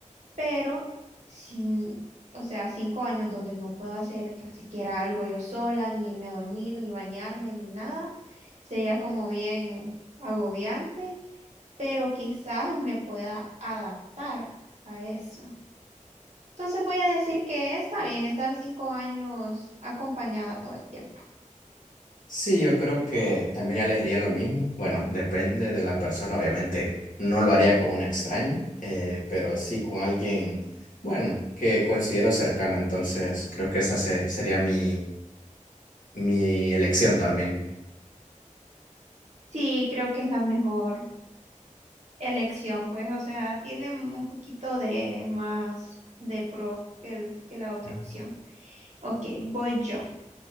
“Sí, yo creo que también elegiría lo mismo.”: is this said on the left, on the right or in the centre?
Left